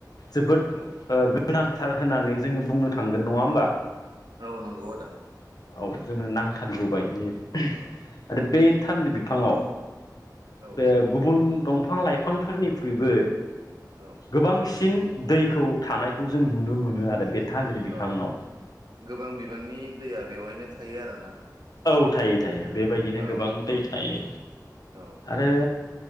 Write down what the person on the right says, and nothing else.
औ औ
औ नंगौ आदा।
औ
औ
औ
औ गोबां बिबांनि दैया बेवहायनो थायो आरोना।
औ
औ